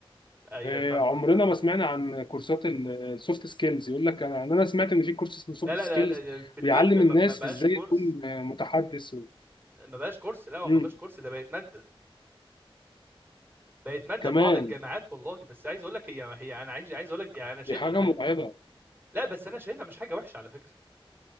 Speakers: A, on the right; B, on the left.
A: ايوه
B: آه،
A: فاهمك
B: عمرنا
A: فاهمك
B: ما سمعنا عن كورسات السوفت سكيلز يقول لك انا انا سمعت ان في كورس اسمه سوفت
A: لا لا
B: سكيلز
A: لا لا، دلوقتي
B: بيعلم
A: ما
B: الناس
A: ما- ما بقاش
B: ازاي
A: كورس
B: تكون آه، متحدث و-
A: ما بقاش كورس لا هو
B: مم.
A: ما بقاش كورس ده بقت ماده بقت ماده
B: كمان
A: في بعض الجامعات والله بس عايز اقول لك هي هي انا عايز عايز اقول لك دي يعني انا شايف
B: دي حاجة
A: ان ح-
B: مرعبة
A: لا بس انا شايفها مش حاجه وحشه على فكره